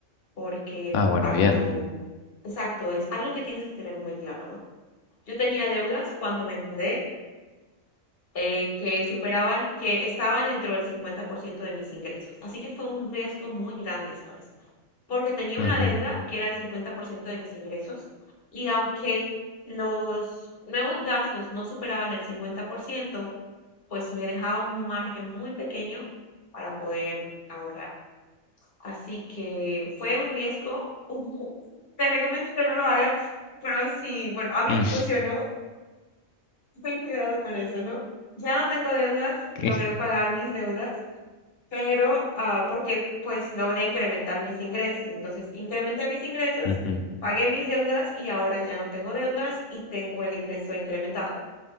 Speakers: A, on the left; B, on the left.
A: porque
B: Ah,
A: comparto,
B: bueno, bien.
A: exacto, es algo que tienes que tener muy claro, ¿no? Yo tenía deudas cuando me mudé eh, que superaban, que estaban dentro del 50% de mis ingresos. Así que fue un riesgo muy grande, ¿sabes? porque tenía
B: Ujú,
A: una deuda que era el 50% de mis ingresos y aunque los nuevos gastos no superaban el 50%, pues me dejaba un margen muy pequeño para poder ahorrar. Así que fue un riesgo. un po- Te recomiendo que no lo hagas, pero sí, bueno, a mí
B: mm,
A: me funcionó. Ten cuidado con eso, ¿no? Ya no tengo deudas,
B: <laughs>
A: logré pagar mis deudas pero ah, porque pues logré incrementar mis ingresos. Entonces, incrementé mis ingresos,
B: ujú.
A: pagué mis deudas y ahora ya no tengo deudas y tengo el ingreso incrementado.